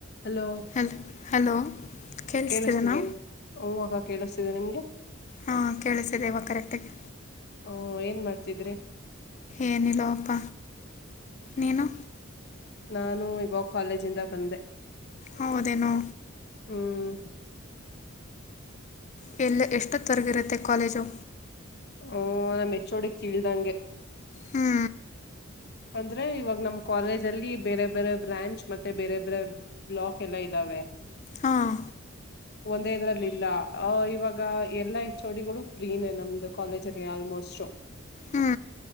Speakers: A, on the left (about 55°); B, on the left (about 35°).
A: ಹಲೋ
B: ಹಲ್ ಹಲೋ ಕೇಳಿಸ್ತಿದೆನಾ
A: ಕೇಳಿಸ್ತಿದ್ದೇನ್ ಹೂ ಅಕ್ಕ ಕೇಳಿಸ್ತಿದೆ ನಿಮ್ಗೆ.
B: ಹಾ ಕೇಳಿಸ್ತಿದೆ ಇವಾಗ್ ಕರೆಕ್ಟಾಗಿ.
A: ಓ ಏನ್ ಮಾಡ್ತಿದ್ರಿ.
B: ಏನಿಲೋ ಅಪ್ಪ ನೀನು.
A: ನಾನು ಇವಾಗ್ ಕಾಲೇಜಿಂದ ಬಂದೆ.
B: ಹೌದೇನೋ
A: ಹ್ಮ್
B: ಹ್ಮ್ ಎಲ್ ಎಷ್ಟೊತ್ತೊರಗಿರುತ್ತೆ ಕಾಲೇಜು.
A: ಓ ನಮ್ ಎಚ್ ಓ ಡಿಗ್ ತಿಳ್ದಂಗೆ.
B: ಹ್ಞೂ
A: ಅಂದ್ರೆ ಇವಾಗ್ ನಮ್ ಕಾಲೇಜ್ ಅಲ್ಲಿ ಬೇರೆ ಬೇರೆ ಬ್ರಾಂಚ್ ಮತ್ತೆ ಬೇರೆ ಬ್ರೆ ಬ್ಲಾಕ್ ಎಲ್ಲ ಇದ್ದಾವೆ.
B: ಹಾಂ
A: ಒಂದೇ ಇದ್ರಲ್ಲಿ ಇಲ್ಲ ಅ ಇವಾಗ ಎಲ್ಲಾ ಹೆಓಚ್ಡಿಗಳು ಫ್ರೀನೇ ನಮ್ದು ಕಾಲೇಜಲ್ಲಿ ಆಲ್ಮೋಸ್ಟ್.
B: ಹ್ಞೂ